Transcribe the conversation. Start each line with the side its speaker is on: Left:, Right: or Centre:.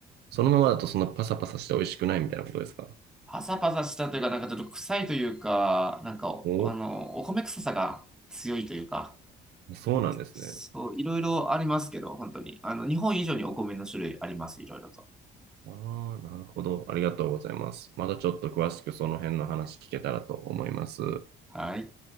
Right: そのままだとそんなパサパサして美味しくないみたいなことですか。
Centre: パサパサしたというか、なんかちょっと臭いというか、なんか、
Right: お、
Centre: あの、お米臭さが強いというか、
Right: そうなんですね。
Centre: そう、いろいろありますけど、本当に。あの、日本以上にお米の種類あります、いろいろと。
Right: ああ、なるほど。ありがとうございます。またちょっと詳しくその辺の話聞けたらと思います。
Centre: はい。